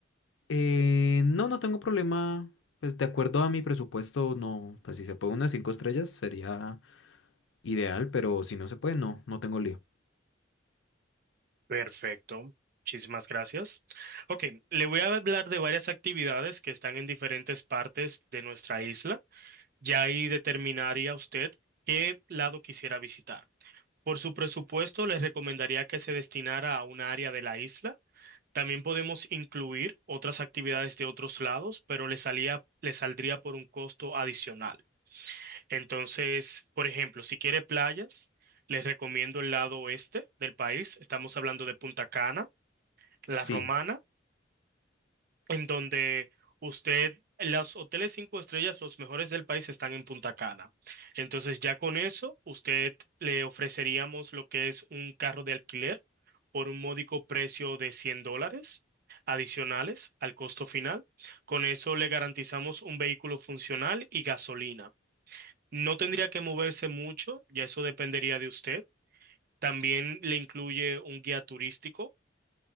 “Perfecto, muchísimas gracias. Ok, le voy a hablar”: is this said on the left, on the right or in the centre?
Right